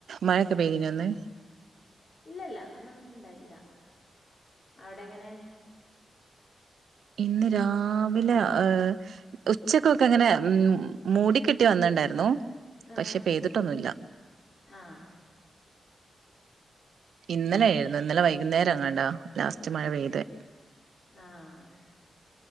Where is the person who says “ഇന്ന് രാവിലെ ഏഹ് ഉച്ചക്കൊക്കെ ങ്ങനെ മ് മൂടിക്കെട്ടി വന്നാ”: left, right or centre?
Right